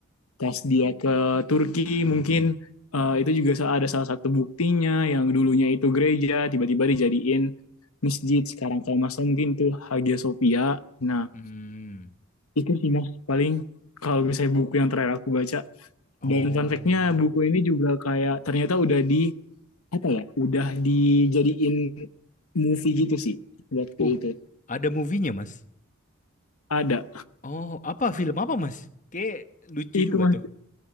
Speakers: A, on the left; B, on the left.
A: Pas dia ke Turki mungkin eh, itu juga ada salah satu buktinya yang dulunya itu gereja tiba-tiba dijadiin masjid. Sekarang kalau Mas mungkin itu Hagia Sophia. Nah,
B: Hmm.
A: itu sih Mas paling kalau misalnya buku yang terakhir aku baca
B: Oh.
A: dan fun fact-nya buku ini juga kayak ternyata udah di apa ya? Udah dijadiin movie gitu sih waktu
B: Uh,
A: itu.
B: ada movie-nya, Mas.
A: Ada
B: Oh, apa film apa, Mas? Kayak lucu
A: itu
B: juga
A: mas
B: tuh.